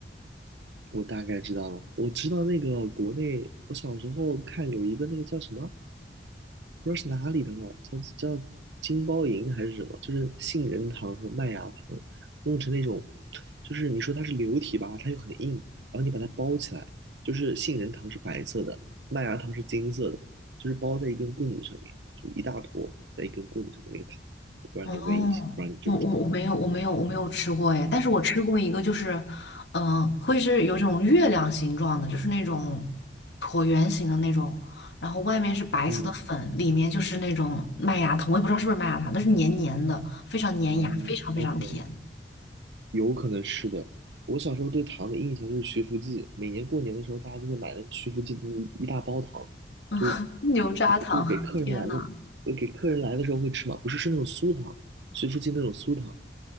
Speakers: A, on the right; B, on the left.
A: 我大概知道了，我知道那个国内，我小时候看有一个那个叫什么，不知道是哪里的了，叫叫金包银还是什么，就是杏仁糖和麦芽糖弄成那种，就是你说它是流体吧，它又很硬，然后你把它包起来，就是杏仁糖是白色的，麦芽糖是金色的，就是包在一根棍子上面，就一大坨在一根棍子上面那个糖，不然你有没有印象，
B: 哦，
A: 不然你知不知道？
B: 我我我没有我没有我没有吃过哎，但是我吃过一个，就是，嗯、会是有种月亮形状的，就是那种椭圆形的那种，然后外面是白色的粉，
A: 嗯，
B: 里面就是那种麦芽糖，我也不知道是不是麦芽糖，但是黏黏的，非常粘牙，
A: 啊
B: 非常非常甜。
A: ，OK。有可能是的。我小时候对糖的印象就是徐福记，每年过年的时候，大家就会买那个徐福记的一大包糖，
B: <laughs> 嗯，
A: 就是
B: 牛轧糖，
A: 就是给客人来的，
B: 天呐！
A: 对给客人来的时候会吃嘛，不是是那种酥糖，徐福记那种酥糖，